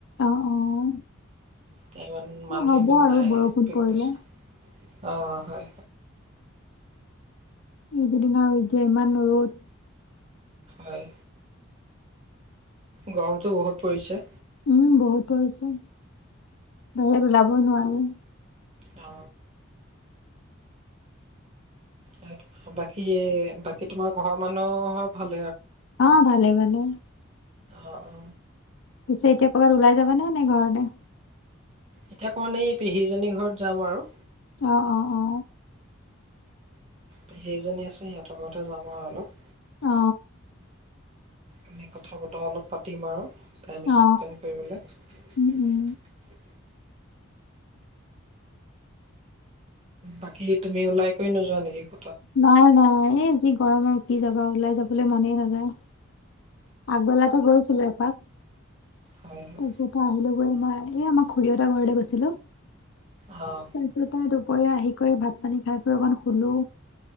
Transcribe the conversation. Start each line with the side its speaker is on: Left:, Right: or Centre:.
Left: অ', অ',
Right: তে ইমান মানুহ
Left: এ হ'ব
Right: ইমান
Left: আৰু
Right: নাই।
Left: বৰষুণ
Right: পিকনিক
Left: পৰিলে।
Right: অ। হয়-হয়।
Left: এইকেইদিন আৰু যে ইমান ৰ'দ।
Right: হয়। গৰমটো বহুত পৰিছে।
Left: উম, বহুত পৰিছে। বাহিৰত উলাবৈয়েই নোৱাৰি।
Right: অ। ভাত, বাকি এ, বাকী তোমাৰ ঘৰৰ মানুহৰ ভাল?
Left: অ, ভালে ভালে।
Right: অ, অ।
Left: পিছে এতিয়া কৰ'বাত ওলাই যাবা নে? নে ঘৰতে?
Right: এতিয়া অকণমান এই, পেহী এজনী ঘৰত যাম আৰু।
Left: অ, অ, অ।
Right: পেহী এজনী আছে, সিহঁতৰ ঘৰতে যাম আৰু অলপ।
Left: অ
Right: এনেই, কথা-বতৰা অলপ পাতিম আৰু। টাইম
Left: অ
Right: স্পেণ্ড কৰিবলৈ।
Left: উম উম
Right: বাকী, তুমি ওলাই কৰি নোযোৱা নেকি? ক
Left: নাই-নাই, এই যি গৰম আৰু কি যাবা আৰু? ওলাই যাবলৈ মনেই নাযায়। আগবেলাতে গৈছিলো এপাক,
Right: হয় হয়
Left: তাৰপিছতে আহিলো। <unintelligible> এই আমাৰ খুৰী হতৰ ঘৰলে গৈছিলো। তাৰপিছতে,
Right: অঁ
Left: দুপৰীয়া আহি কৰি, ভাত পানী খাই কৰি অকণ সুলো